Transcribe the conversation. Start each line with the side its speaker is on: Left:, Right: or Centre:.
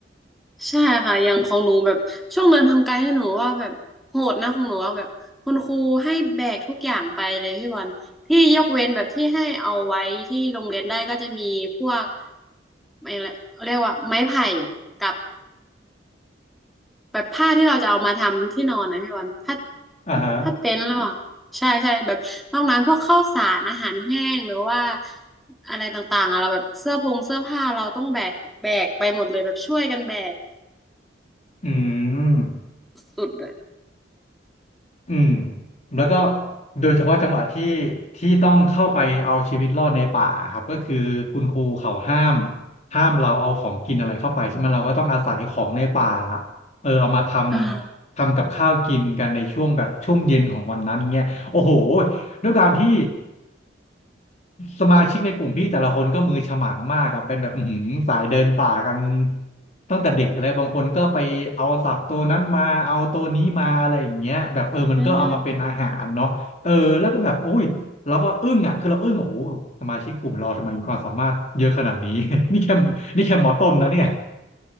Centre: ใช่ค่ะอย่างของหนูแบบช่วงเดินทางไกลเนี่ยหนูว่าแบบโหดนะของหนูว่าแบบคุณครูให้แบกทุกอย่างไปเลยพี่บอลที่ยกเว้นแบบที่ให้เอาไว้ที่โรงเรียนได้ก็จะมีพวกอะไรเรียกว่าไม้ไผ่กับ แบบผ้าที่เราจะเอามาทำที่นอนนะพี่วันผ้า
Left: อ่าฮะ
Centre: ผ้าผ้าเต็นท์หรอใช่ใช่แบบนอกนั้นพวกข้าวสารอาหารแห้งหรือว่าอะไรต่างๆอะเราแบบเสื้อพงเสื้อผ้าเราต้องแบกแบกไปหมดเลยแบบช่วยกันแบก
Left: อืม
Centre: สุดๆอะ
Left: อืมแล้วก็โดยเฉพาะจังหวะที่ที่ต้องเข้าไปเอาชีวิตรอดในป่าครับก็คือคุณครูเขาห้ามห้ามเราเอาของกินอะไรเข้าไปใช่ไหมเราก็ต้องอาศัยของในป่าเออเอามาทำทำกับข้าวกินกันในช่วงแบบช่วงเย็นของวันนั้นเงี้ยโอ้โห
Centre: อ่า
Left: ด้วยการที่สมาชิกในกลุ่มพี่แต่ละคนก็มือฉมังมากอะเป็นแบบอื้อหือสายเดินป่ากันตั้งแต่เด็กอะไรบางคนก็ไปเอาสับตัวนั้นมาเอาตัวนี้มาอะไรอย่างเงี้ยแบบเออมันก็เอามาเป็นอาหารเนาะเออแล้วก็แบบโอ้ยเราก็อึ้งอ่ะคือเราอึ้งโอ้โหสมาชิกกลุ่มเราทำไมมีความสามารถเยอะขนาดนี้
Centre: อืม
Left: <laughs> นี่แค่นี่แค่หมอต้นนะเนี่ย